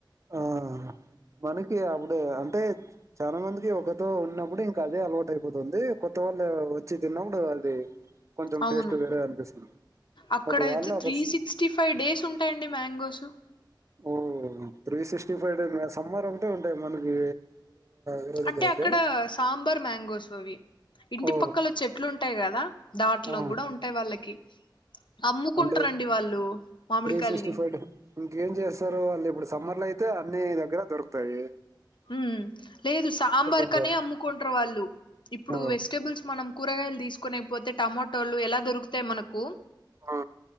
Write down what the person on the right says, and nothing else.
ఆ మనకి అప్పుడు అంటే చాలా మందికి ఒకతో ఉన్నప్పుడు ఇంకా అదే అలవాటు అయిపోతుంది కొత్త వాళ్ళు వచ్చి తిన్నప్పుడు అది కొంచెం
టేస్ట్ వేరే అనిపిస్తుంది
బట్ వాళ్ళు అక్కడ
ఉహ్ three sixty five day summer ఒకటే ఉంటాయి మనకి వేరే దగ్గర
అయితే
ఓ
ఆ
అంటే
త్రీ సిక్స్టీ ఫైవ్ డే ఇంకేం చేస్తారు వాళ్ళు ఇప్పుడు సమ్మర్ లో అయిత్ తే అన్న దగ్గర దొరకుతాయి
ఇంకా
ఆ
ఆ